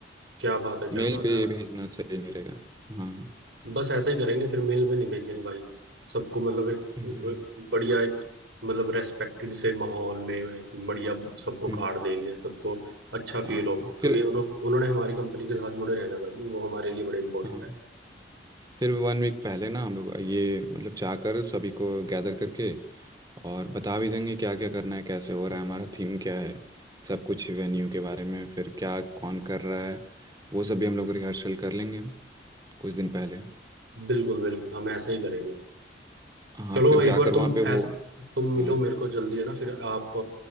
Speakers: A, on the right; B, on the right.
A: क्या बात है क्या
B: मेल
A: बात
B: पे
A: है
B: ये भेजना सही नहीं रहेगा हाँ
A: बस ऐसा ही करेंगे फिर मेल पे नहीं भेजेंगे भाई सबको मतलब एक
B: हम्म,
A: एक बढ़िया एक मतलब रेस्पेक्टेड से माहौल में एक बढ़िया सबको
B: हम्म,
A: कार्ड देंगे सबको अच्छा फील
B: हाँ
A: हो क्योंकि
B: फिर
A: उन्हों, उन्होंने हमारी कंपनी के साथ जुड़े रहना है भाई वो हमारे लिए बड़े इंपॉर्टेंट
B: हाँ
A: है
B: फिर वन वीक पहले ना हम लोग ये मतलब चाहकर सभी को गैदर करके और बता भी देंगे क्या क्या करना है कैसे हो रहा है हमारा थीम क्या है सब कुछ वेन्यू के बारे में फिर क्या कौन कर रहा है वो सभी हम लोग रिहर्सल कर लेंगे कुछ दिन पहले
A: बिल्कुल बिल्कुल हम ऐसा ही करेंगे
B: हाँ
A: चलो
B: और फिर जाकर
A: एक बार तुम
B: वहाँ पे वो
A: ऐस तुम मिलो
B: हाँ
A: मेरे को जल्दी है ना फिर आप